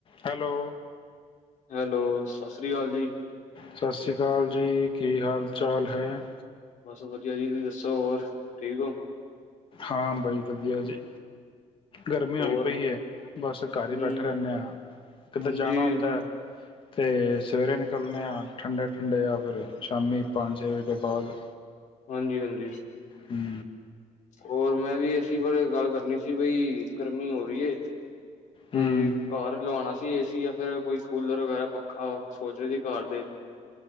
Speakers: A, on the left (about 35°); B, on the left (about 60°).
A: Hello.
B: Hello ਸਤਿ ਸ੍ਰੀ ਅਕਾਲ ਜੀ।
A: ਸਤਿ ਸ੍ਰੀ ਕਾਲ ਜੀ ਕੀ ਹਾਲ ਚਾਲ ਹੈ?
B: ਬਸ ਵਧੀਆ ਜੀ ਤੁਸੀ ਦੱਸੋ ਹੋਰ। ਠੀਕ ਹੋ?
A: ਹਾਂ ਬੜੀ ਵਧੀਆ ਜੀ। ਗਰਮੀ
B: ਹੋਰ
A: ਹੋਈ ਪਈ ਏ ਬਸ ਘਰ ਹੀ
B: ਹੂੰ,
A: ਬੈਠੇ ਰਹਿੰਦੇ ਆਂ। ਕਿਤੇ
B: ਹਾਂਜੀ
A: ਜਾਣਾ ਹੁੰਦਾ ਐ। ਤੇ ਸਵੇਰੇ ਨਿਕਲਣੇ ਆਂ ਠੰਡੇ ਠੰਡੇ ਜਾਂ ਫਿਰ ਸ਼ਾਮੀ ਪੰਜ ਛੇ ਵਜੇ ਦੇ ਬਾਅਦ।
B: ਹਾਂਜੀ ਹਾਂਜੀ।
A: ਹੂੰ।
B: ਹੋਰ ਮੈਂ ਵੀ ਏਸੀ ਬਾਰੇ ਗੱਲ ਕਰਨੀ ਸੀ ਬਈ ਗਰਮੀ ਹੋ ਰਹੀ ਏ। ਤੇ
A: ਹੂੰ
B: ਘਰ ਲਵਾਉਣਾ ਜੀ ਏ ਸੀ ਜਾਂ ਫਿਰ ਕੋਈ ਕੂਲਰ ਵਗੈਰਾ ਪੱਖਾ ਸੋਚ ਰਹੇ ਸੀ ਘਰ ਦੇ।